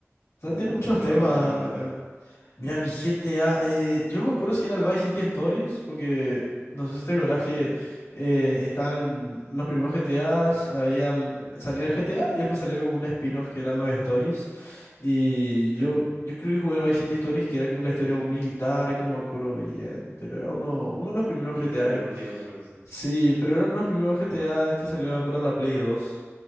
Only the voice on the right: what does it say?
¿Vos
vos
te acuerdas tu primer
GTA?
Sí,
sí.
Hija,
yo no llegué a jugar eso.